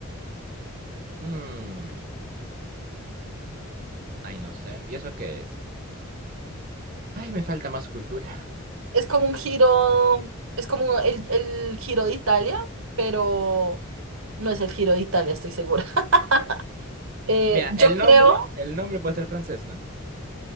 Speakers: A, on the right; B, on the right.
A: Mm, ay, no sé. ¿Y eso qué es? Ay, me falta más cultura. <laughs>
B: Es como un giro, es como el, el giro de Italia, pero no es el giro de Italia, estoy segura. <laughs> Eh,
A: Mira,
B: yo
A: el
B: creo.
A: nombre, el nombre puede ser francés, ¿no?